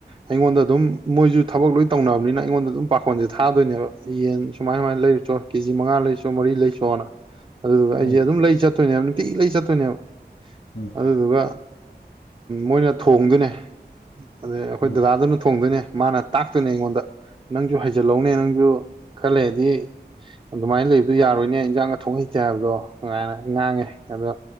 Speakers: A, on the right; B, on the left.
A: ꯑꯩꯉꯣꯟꯗ ꯑꯗꯨꯝ ꯃꯣꯏꯖꯨ ꯊꯕꯛ ꯂꯣꯏ ꯇꯧꯅꯕꯅꯤꯅ ꯑꯩꯉꯣꯟꯗ ꯑꯗꯨꯝ ꯄꯥꯈꯣꯟꯖꯦ ꯊꯥꯗꯣꯏꯅꯦꯕ ꯌꯦꯟ ꯁꯨꯃꯥꯏ ꯁꯨꯃꯥꯏ ꯂꯩꯔꯨꯆꯣ ꯀꯦꯖꯤ ꯃꯉꯥ ꯂꯩꯔꯨꯆꯣ ꯃꯔꯤ ꯂꯩꯆꯣꯅ ꯑꯗꯨꯗꯨꯒ
B: ꯎꯝ
A: ꯑꯩꯖꯦ ꯑꯗꯨꯝ ꯂꯩ ꯆꯠꯇꯣꯏꯅꯦꯕ ꯅꯨꯡꯇꯤꯒꯤ ꯂꯩ ꯆꯠꯇꯣꯏꯅꯦꯕ
B: ꯎꯝ
A: ꯑꯗꯨꯗꯨꯒ ꯃꯣꯏꯅ ꯊꯣꯡꯗꯣꯏꯅꯦ ꯑꯗꯩ ꯑꯩꯈꯣꯏ
B: ꯎꯝ ꯎꯝ
A: ꯗꯗꯥꯗꯨꯅ ꯊꯣꯡꯗꯣꯏꯅꯦ ꯃꯥꯅ ꯇꯥꯛꯇꯨꯅꯦ ꯑꯩꯉꯣꯟꯗ ꯅꯪꯖꯨ ꯍꯩꯖꯤꯜꯍꯧꯅꯦ ꯅꯪꯖꯨ ꯈꯔ ꯂꯩꯗꯤ ꯑꯗꯨꯃꯥꯏꯅ ꯂꯩꯕꯗꯣ ꯌꯥꯔꯣꯏꯅꯦ ꯏꯟꯖꯥꯡꯒ ꯊꯣꯡ ꯍꯩꯇꯦ ꯍꯥꯏꯕꯗꯣ ꯉꯥꯏꯅ ꯉꯥꯡꯉꯦ ꯑꯗꯣ